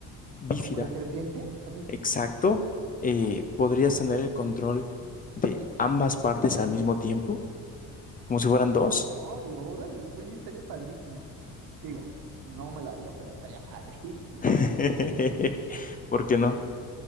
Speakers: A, on the left (about 25°); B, on the right (about 75°).
A: bífida,
B: Como de serpiente, así.
A: exacto, eh, podrías tener el control de ambas partes al mismo tiempo, como si fueran dos.
B: Ay, órale, oye, estaría padrísimo. Digo, no me lo haría, pero estaría <laughs> padrísimo.
A: <laughs> ¿Por qué no?